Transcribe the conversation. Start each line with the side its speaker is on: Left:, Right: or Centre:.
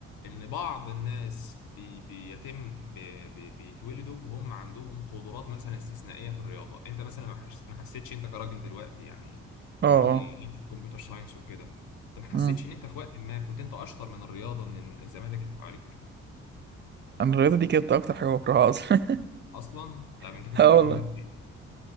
Left: ان بعض الناس بي بيتم بي بي بيتولدوا وهم عندهم قدرات مثلا استثنائيه في الرياضه انت مثلا ما حس- ما حسيتش انت كراجل دلوقتي يعني
Right: اه
Left: انا راجل
Right: اه
Left: ليك في الكمبيوتر ساينس وكده انت ما حسيتش
Right: امم
Left: ان انت في وقت ما كنت انت اشطر من الرياضه من الزمالك اللي حواليك
Right: انا الرياضه دي كانت اكتر حاجه بكرهها اصلا
Left: اصلا
Right: <laughs>
Left: طب انت كنت
Right: اه
Left: بتحب
Right: والله
Left: ماده ايه